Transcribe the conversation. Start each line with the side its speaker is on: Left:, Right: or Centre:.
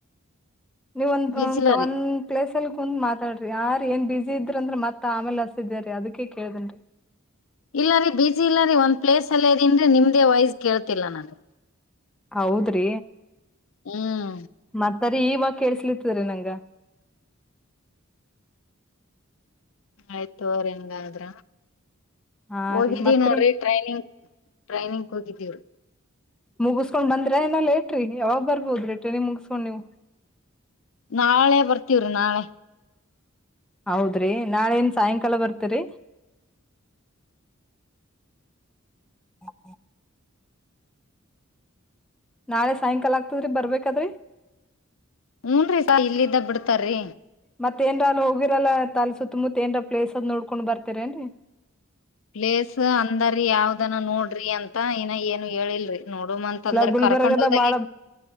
Centre: ನೀವ ಒಂದು
Left: ಬೀಚ್
Centre: ಒಂದ
Left: ಇಲ್ಲರಿ
Centre: ಕವನ್ ಪ್ಲೇಸ್ಲ್ಲಿ ಕುಂತ್ ಮಾತಾಡ್ರಿ ಯಾರ್ ಏನ್ ಬ್ಯುಸಿ ಇದ್ರರು ಅಂದ್ರ ಮತ್ ಆಮೇಲೆ ಹಚ್ಚತಿದ್ದೆ ಅದಕ್ಕೆೇ ಕೇಳ್ದೇನ್ರಿ.
Left: ಇಲ್ಲ ರೀ ಬಿಜಿ ಇಲ್ಲ ರೀ ಒಂದ್ ಪ್ಲೇಸ್ ಅಲ್ಲೇ ಇದೀನ ರಿ ನಿಮ್ದೇ ವೈಸ್ ಕೇಳ್ತಿಲ್ಲ ನನ್ಗ.
Centre: ಹೌದ್ ರಿ.
Left: ಹ್ಮ್.
Centre: ಮತ್ತರಿ ಇವಾಗ ಕೇಳ್ಸ್ಲಿತ್ತರಿ ನಂಗ.
Left: ಆಯ್ತ ತೋರಿ ಹಂಗಾದ್ರ.
Centre: ಹಾ
Left: ಹೋಗಿದಿವ
Centre: ರೀ ಮತ್ರಿ
Left: ನೋಡ್ರಿ ಟ್ರೈನಿಂಗ್ ಟ್ರೈನಿಂಗ್ ಹೋಗಿದ್ದೀವಿ.
Centre: ಮುಗಿಸಸ್ಕೊಂಡ್ ಬಂದ್ರಾ ಏನ್ ಲೇಟ್ ರೀ ಯಾವಾಗ ಬರ್ಬೋದ್ರೀ ಟ್ರೇನಿಂಗ ಮುಗಿಸಸ್ಕೊಂಡ್ ನೀವು.
Left: ನಾಳೆ ಬರ್ತೀವ್ರೀ ನಾಳೆ.
Centre: ಹೌದ್ರಿ ನಾಳೆ ಏನ್ ಸಾಯಂಕಾಲ ಬರ್ತೀರಿ. <inaudible> ನಾಳೆ ಸಾಯಂಕಾಲ <unintelligible> ರೀ ಬರ್ಬೇಕಾದ್ರಿ.
Left: ಹುನ್ರಿ ಸಾ ಇಲ್ಲಿದ್ದ ಬಿಡ್ತಾರೀ.
Centre: ಮತ್ತೇಏನ್ರ ಅ ಹೋಗಿರಲ್ಲ ತಾಲ್ ಸುತ್ತಮುತ್ತತ್ ಏನ್ರ ಪ್ಲೇಸ್ದ್ ನೋಡ್ಕೊಂಡ್ ಬರ್ತರೇನ್ರಿ.
Left: ಪ್ಲೇಸ್ ಅಂದ್ರೀ ಯಾವ್ದನ ನೋಡ್ರಿ ಅಂತ ಇನ ಏನ. ಇನ್ನು ಹೇಳಿಲ್ರಿ ನೋಡುಮ ಅಂತ
Centre: ಇಲ್ಲ
Left: ಅಂದ್ರ
Centre: ಗುಲ್ಬರ್ಗದ
Left: ಕರ್ಕೊಂಡಲ್ದಾಗ.
Centre: ಬಾಳ